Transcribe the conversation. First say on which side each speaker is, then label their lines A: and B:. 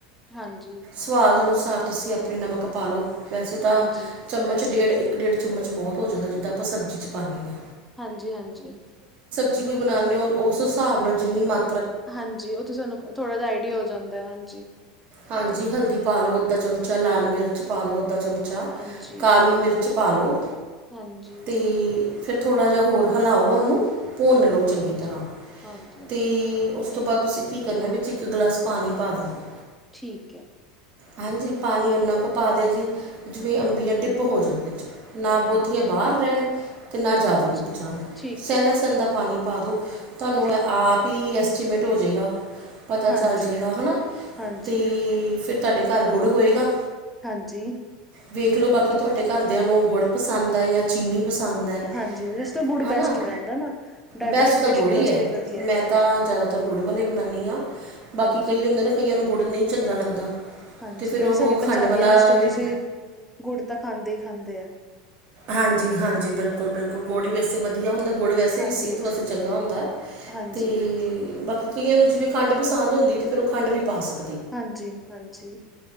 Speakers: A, in the centre; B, on the right.
A: ਹਾਂਜੀ
B: ਸਵਾਦ ਅਨੁਸਾਰ ਤੁਸੀਂ ਆਪਣੀ ਨਮਕ ਪਾ ਲੋ ਵੈਸੇ ਤਾਂ
A: ਹਾਂਜੀ
B: ਚਮਚ ਡੇਢ ਇੱਕ ਡੇਢ ਚਮਚ ਬਹੁਤ ਹੋ ਜਾਂਦਾ ਜਿੱਦਾਂ ਆਪਾਂ ਸਬਜ਼ੀ 'ਚ ਪਾਂਣੇ ਆ।
A: ਹਾਂਜੀ-ਹਾਂਜੀ।
B: ਕੋਈ ਬਣਾਨੇ ਓ ਉਸ ਹਿਸਾਬ ਨਾਲ ਜਿੰਨੀ ਮਰ
A: ਹਾਂਜੀ ਉਹਥੇ ਸਾਨੂੰ ਥੋੜਾ ਜਹਾ ਆਈਡੀਆ ਹੋ ਜਾਂਦਾ ਹਾਂਜੀ।
B: ਹਾਂਜੀ ਹਲਦੀ ਪਾ ਲੋ ਅੱਧਾ ਚਮਚਾ ਲਾਲ ਮਿਰਚ ਪਾ ਦੋ ਅੱਧਾ ਚਮਚਾ ਚ
A: ਹਾਂਜੀ
B: ਕਾਲੀ ਮਿਰਚ ਪਾਲੋ,
A: ਹਾਂਜੀ
B: ਤੇ ਫਿਰ ਥੋੜ੍ਹਾ ਜਿਹਾ ਹੋਰ ਹਿਲਾਓ ਉਹਨੂੰ ਭੁੰਨ ਲੋ
A: ਹਾਂਜੀ
B: ਚੰਗੀ
A: ਹਾਂਜੀ
B: ਤਰ੍ਹਾਂ
A: ਹਾਂਜੀ ਹਾਂਜੀ
B: ਤੇ ਉਸ ਤੋਂ ਬਾਅਦ ਤੁਸੀਂ ਕੀ ਕਰਨਾ ਵਿੱਚ ਇੱਕ ਗਲਾਸ ਪਾਣੀ ਪਾ ਦੇਣਾ।
A: ਠੀਕ ਐ।
B: ਹਾਂਜੀ ਪਾਣੀ ਓਨਾ ਕੁ ਪਾ ਦਿਆ ਜੀ ਜਿਵੇਂ ਅੰਬੀਆਂ ਡਿੱਪ ਹੋ ਜਾਣ ਵਿੱਚ। ਨਾ ਬਹੁਤੀਆਂ
A: ਓਕੇ ਓਕੇ
B: ਬਾਹਰ ਰਹਿਣ ਤੇ ਨਾ ਜ਼ਿਆਦਾ
A: ਹਾਂਜੀ
B: ਡੁੱਬ ਜਾਣ
A: ਠੀਕ-ਠੀਕ,
B: ਸਹਿੰਦਾ-ਸਹਿੰਦਾ ਪਾਣੀ ਪਾ ਦੋ। ਤੁਹਾਨੂੰ
A: ਠੀਕ
B: ਆਪ
A: ਏ
B: ਈ ਐਸਟੀਮੇਟ ਹੋ ਜੇਗਾ ਪਤਾ ਚੱਲ
A: ਹਾਂਜੀ।
B: ਜੇਗਾ ਹਨਾ।
A: ਹਾਂਜੀ,
B: ਤੇ ਫਿਰ ਤੁਹਾਡੇ ਘਰ ਗੁੜ ਹੋਏਗਾ।
A: ਹਾਂਜੀ
B: ਵੇਖਲੋ ਬਾਕੀ
A: ਉਹ ਤਾਂ
B: ਤੁਹਾਡੇ ਘਰਦਿਆਂ ਨੂੰ ਗੁੜ ਪਸੰਦ ਆ ਜਾਂ ਚੀਨੀ ਪਸੰਦ ਹੈ
A: ਹਾਂਜੀ ਗੁਡ
B: ਹੈ ਨਾ
A: ਬੈਸਟ ਰਹਿੰਦਾ ਨਾ ਡਾਇਬਟਿਕ
B: ਬੈਸਟ ਤਾਂ
A: ਪੇਸ਼ੈਂਟ
B: ਗੁੜ ਹੀ
A: ਵਾਸਤੇ
B: ਹੈ
A: ਵਧੀਆ
B: ਮੈਂ
A: ਹ
B: ਤਾਂ ਜ਼ਿਆਦਾਤਰ ਗੁੜ ਵਾਲਾ ਈ ਬਨਾਣੀ ਆ ਬਾਕੀ
A: ਹਾਂਜੀ,
B: ਕਈ ਹੁੰਦੇ ਨਾ ਕਈਆਂ ਨੂੰ ਗੁੜ ਨਈ ਚੰਗਾ ਲੱਗਦਾ।
A: ਹਾਂਜੀ
B: ਅਤੇ ਫਿਰ
A: ਵੈਸੇ
B: ਉਹ
A: ਸਾਡੇ
B: ਖੰਡ
A: ਪੰਜਾਬੀਆਂ
B: ਵਾਲਾ
A: ਵਿੱਚ ਤਾਂ
B: ਵੀ
A: ਤੁਸੀਂ ਗੁੜ ਤਾਂ ਖਾਂਦੇ ਈ ਖਾਂਦੇ ਆ।
B: ਹਾਂਜੀ-ਹਾਂਜੀ ਬਿਲਕੁਲ-ਬਿਲਕੁਲ ਗੋੜੀ ਵੀ ਵੈਸੇ ਵਧੀਆ ਹੁੰਦਾ। ਗੁੜ ਵੈਸੇ
A: ਹਾਂਜੀ,
B: ਵੀ ਸਿਹਤ
A: ਹਾਂਜੀ,
B: ਵਾਸਤੇ ਚੰਗਾ ਹੁੰਦਾ
A: ਹਾਂਜੀ,
B: ਤੇ ਬਾਕੀ ਕਈਆਂ ਨੂ ਜਿਵੇ ਖੰਡ ਪਸੰਦ ਹੁੰਦੀ ਏ ਤਾਂ ਫਿਰ ਉਹ ਖੰਡ ਵੀ ਪਾ ਸਕ
A: ਹਾਂਜੀ-ਹਾਂਜੀ।